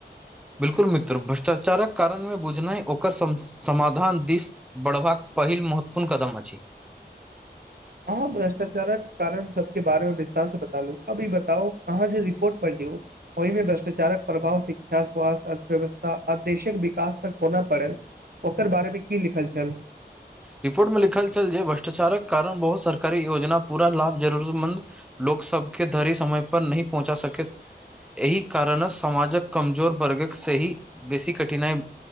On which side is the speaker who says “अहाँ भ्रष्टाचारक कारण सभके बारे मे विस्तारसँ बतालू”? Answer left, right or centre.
Right